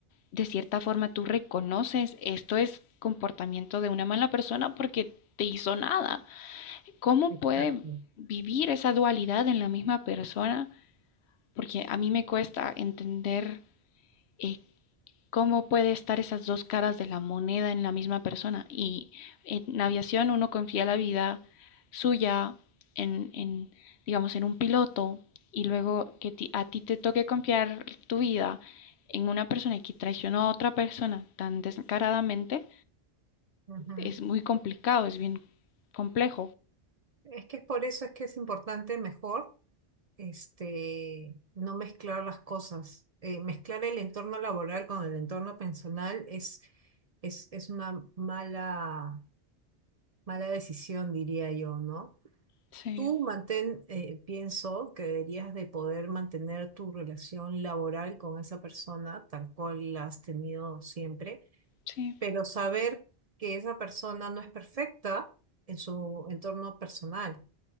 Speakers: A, on the left; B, on the right.
A: de cierta forma tú reconoces esto es comportamiento de una mala persona porque te hizo nada. ¿Cómo
B: Exacto.
A: puede vivir esa dualidad en la misma persona? Porque a mí me cuesta entender eh, cómo puede estar esas dos caras de la moneda en la misma persona. Y en aviación uno confía la vida suya en, en digamos, en un piloto y luego que a ti te toque confiar tu vida en una persona que traicionó a otra persona tan descaradamente,
B: Ujú.
A: es muy complicado, es bien complejo.
B: Es que por eso es que es importante mejor este, no mezclar las cosas. Eh, mezclar el entorno laboral con el entorno personal es, es, es una mala Mala decisión, diría yo, ¿no?
A: Sí,
B: Tú mantén, eh, pienso que deberías de poder mantener tu relación laboral con esa persona tal cual la has tenido siempre,
A: sí,
B: pero saber que esa persona no es perfecta en su entorno personal,